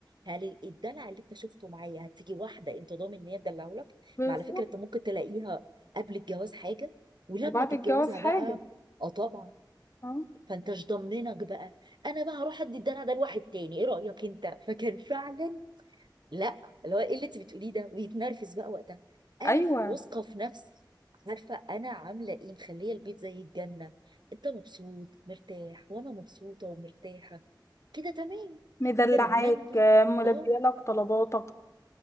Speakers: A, on the right (about 65°); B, on the left (about 35°).
A: هل الدلع اللي انت شفته معايا هتيجي واحده انت ضامن ان هي تدلعه لك
B: بس
A: ما على فكره انت ممكن تلاقيها قبل الجواز حاجه ولما
B: وبعد
A: تتجوزها
B: الجواز حاجة
A: بقى اه طبعا
B: اه
A: فانت مش ضامنك بقى انا بقى هروح ادي الدلع ده لواحد تاني ايه رايك انت فكان فعلا لا اللي هو ايه اللي انت بتقوليه ده ويتنرفز بقى وقتها انا
B: ايوه
A: في- واثقه في نفسي عارفه انا عامله ايه مخليه البيت زي الجنه انت مبسوط مرتاح وانا مبسوطه ومرتاحه كده تمام
B: مدلعاك
A: كده لما انت
B: ملبيه
A: اه
B: لك طلباتك